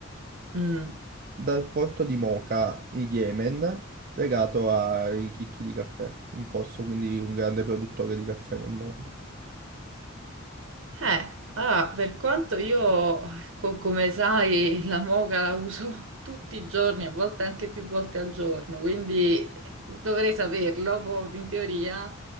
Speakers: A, on the right; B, on the right.
A: Mm.
B: dal porto di Moca in Yemen, legato ai chicchi di caffè, un posto quindi un grande produttore di caffè nel mondo.
A: Eh, allora, per quanto io, co- come sai, la moca la uso <laughs> tutti i giorni, a volte anche più volte al giorno, quindi eh, dovrei saperlo, fo- in teoria.